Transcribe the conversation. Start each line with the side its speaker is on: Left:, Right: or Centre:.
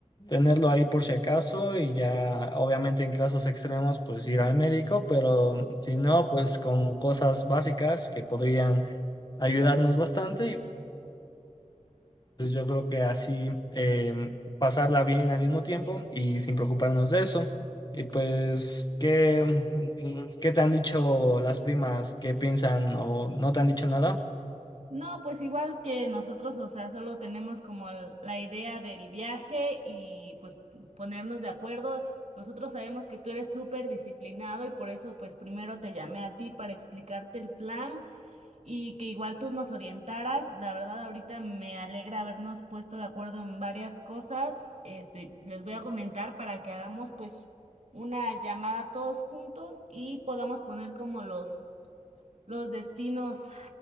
Left: tenerlo ahí por si acaso y ya obviamente en casos extremos pues ir al médico, pero si no pues con cosas básicas que podrían ayudarnos bastante y pues yo creo que así eh, pasarla bien al mismo tiempo y sin preocuparnos de eso. Y pues, ¿qué, mm, qué te han dicho las primas? ¿Qué piensan o no te han dicho nada?
Right: No, pues igual que nosotros, o sea, solo tenemos como el- la idea del viaje y pues ponernos de acuerdo. Nosotros sabemos que tú eres súper disciplinado y por eso pues primero te llamé a ti para explicarte el plan y que igual tú nos orientaras. La verdad, ahorita me alegra habernos puesto de acuerdo en varias cosas. Este, les voy a comentar para que hagamos pues una llamada todos juntos y podamos poner como los, los destinos